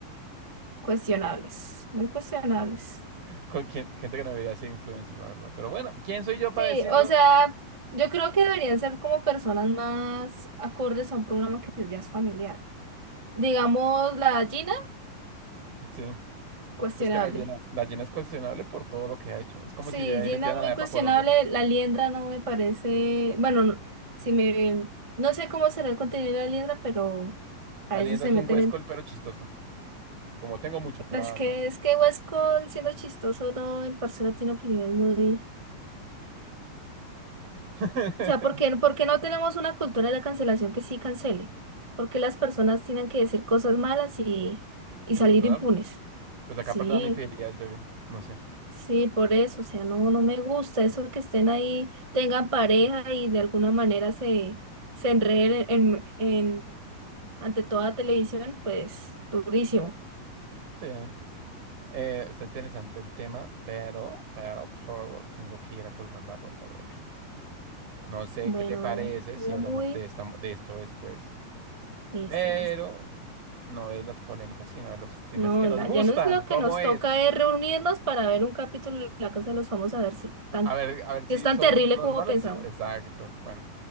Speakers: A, on the right; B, on the right.
A: cuestionables. Muy cuestionables.
B: Con, quien- gente que no debería ser influencer, la verdad. Pero bueno, ¿quién soy yo para
A: Sí,
B: decirlo?
A: o sea, yo creo que deberían ser como personas más acordes a un programa que ya es familiar. Digamos, la Gina,
B: Sí,
A: cuestionable.
B: es que la llena, la llena es cuestionable por todo lo que ha hecho. Es como
A: Sí,
B: si de ahí
A: Gina
B: metieran
A: es muy
B: a la EPA
A: cuestionable.
B: Colombia.
A: La liendra no me parece. Bueno, no- si me. No sé cómo será el contenido de la liendra, pero
B: La
A: a veces
B: leyenda
A: se
B: es
A: meten
B: un huescol,
A: en.
B: pero chistoso. Como tengo mucha plata.
A: Es que, es que Huesco, siendo chistoso, no, el parcero tiene opiniones muy.
B: <laughs>
A: O sea, ¿por qué, por qué no tenemos una cultura de la cancelación que sí cancele? Porque las personas tienen que decir cosas malas y, y
B: Y
A: salir
B: perdonar,
A: impunes?
B: pues acá
A: Sí.
B: perdonan infidelidades, bebé. No sé.
A: Sí, por eso, o sea, no, no me gusta eso que estén ahí, tengan pareja y de alguna manera se, se enreden en, en, ante toda televisión, pues durísimo.
B: Sí, eh, está interesante el tema, pero, pero, pero tengo que ir a colgar la ropa, bebé. No sé
A: Bueno,
B: qué te parece
A: bebé,
B: si
A: estuvo
B: hablamos
A: muy
B: de esta, de esto después,
A: listo,
B: pero
A: listo.
B: no de las polémicas, sino de los streamers
A: No,
B: que nos
A: na-
B: gustan.
A: ya no es lo
B: ¿Cómo
A: que nos
B: es?
A: toca es reunirnos para ver un capítulo de La Casa de los Famosos, a ver si, tan,
B: A ver, a ver si
A: si es tan
B: somos
A: terrible
B: todos
A: como
B: malos.
A: pensamos.
B: Sí, exacto. Bueno,